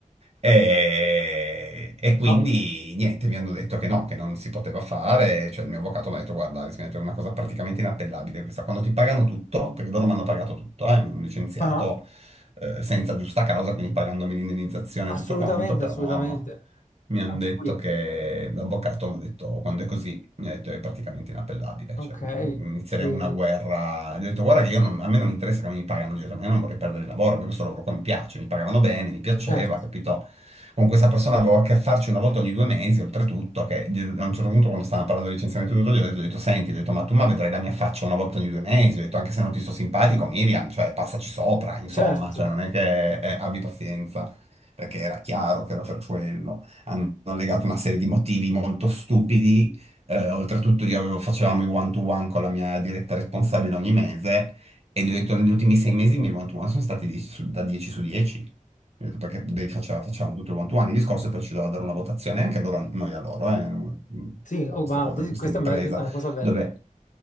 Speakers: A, on the right (about 50°); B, on the left (about 65°).
A: E, e quindi
B: no,
A: niente, mi hanno detto che no, che non si poteva fare. Cioè, il mio avvocato mi ha detto: Guarda, Alice, mi ha detto, è una cosa praticamente inappellabile questa. Quando ti pagano tutto, perché loro mi hanno pagato tutto, eh, mi hanno licenziato
B: ah,
A: eh, senza giusta causa, quindi pagandomi l'indennizzazione
B: assolutamente,
A: e tutto quanto, però
B: assolutamente,
A: mi hanno
B: anche
A: detto
B: qui,
A: che l'avvocato mi ha detto: Quando è così mi ha detto è praticamente inappellabile,
B: ok,
A: cioè mm, mm, inizieremo
B: vedi,
A: una guerra. Gli ho detto guarda che io non- a me non mi interessa come mi pagano, gli ho detto ma io non vorrei perdere il lavoro, a me questo lavoro qua mi piace, mi pagavano bene, mi piaceva,
B: certo,
A: capito? Con questa persona avevo a che farci una volta ogni due mesi, oltretutto, che gli- a un certo punto quando stavano parlando di licenziamento e tutto, gli ho detto, gli ho detto, senti, gli ho detto, ma tu ma vedrai la mia faccia una volta ogni due mesi, gli ho detto, anche se non ti sto simpatico, Miriam, cioè passaci sopra, insomma,
B: certo,
A: cioè non è che eh, abbi pazienza, perché era chiaro che era per quello hanno legato una serie di motivi molto stupidi eh, oltretutto io avevo- facevamo i one-to-one con la mia diretta responsabile ogni mese e gli ho detto negli ultimi sei mesi i miei one-to-one sono stati 10 su- da 10 su 10. Ho detto, Perché dei- faceva- facevamo tutto il one-to-one, il discorso e poi ci doveva dare una votazione, anche loro, noi a loro, eh,
B: sì,
A: ho
B: oh,
A: questa
B: ma
A: cosa
B: di-
A: in questa
B: questa,
A: impresa
B: è me- questa è una cosa bella,
A: dove